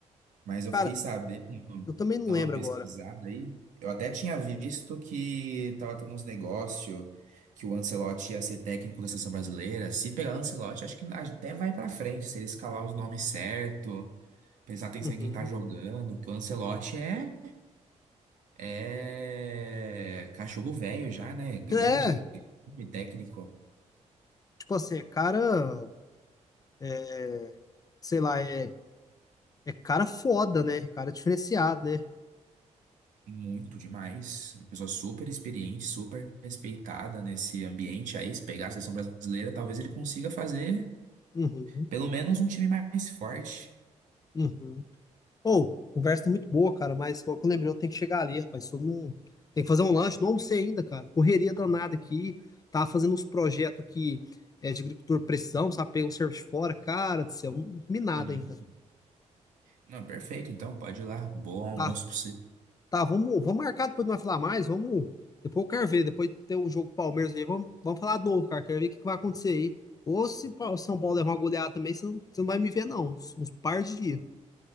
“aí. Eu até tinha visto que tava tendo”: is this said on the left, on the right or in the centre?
Right